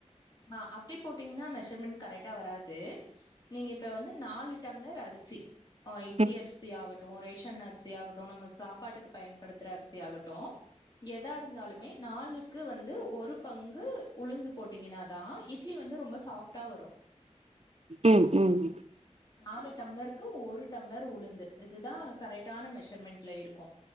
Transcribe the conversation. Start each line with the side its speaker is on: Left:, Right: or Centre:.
Left: ஆ அப்டே போட்டீங்கன்னா மெஷர்மென்ட் கரெக்டா வராது. நீங்க இப்ப வந்து நாலு டம்ளர் அரிசி ஆ இட்லி
Right: ம்
Left: அரிசி ஆகட்டு ரேஷன் அரிஸ் சியாகட்டு நம்ம சாப்பாட்டுக்கு பயன்படுத்தற அரிசியாகட்டு எதா இருந்தாலுமே நாளுக்கு வந்து ஒரு பங்கு உளுந்து போட்டீங்கன்னா தா இட்லி வந்து ரொம்ப சாஃப்டா வரு.
Right: ம் ம்.
Left: நாலு டம்ளருக்கு ஒரு டம்ளர் உளுந்து இதுதா கரெக்டான மெஷர்மெண்ட்ல இருக்கு